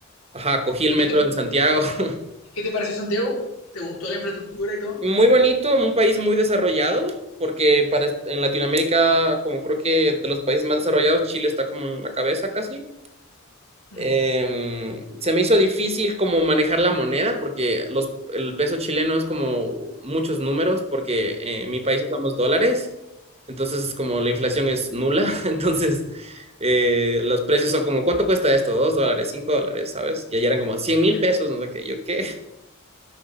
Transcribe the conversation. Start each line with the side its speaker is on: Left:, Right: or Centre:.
Right: ajá, cogí el
Left: ¿Y
Right: metro
Left: qué te,
Right: en Santiago. <laughs>
Left: y qué te pareció Santiago? ¿Te gustó la infraestructura y todo?
Right: Muy bonito, un país muy desarrollado, porque para, est- en Latinoamérica, como creo que de los países más desarrollados, Chile está como en la cabeza casi.
Left: Mm,
Right: Em, se me hizo difícil como manejar la moneda porque los, el peso chileno es como muchos números porque eh, en mi país usamos dólares, entonces es como la inflación es nula, <laughs> entonces eh, los precios son como, ¿cuánto cuesta esto? Dos dólares, cinco dólares, ¿sabes? Y allá eran como cien mil
Left: sí.
Right: pesos, no sé qué, yo qué. <laughs>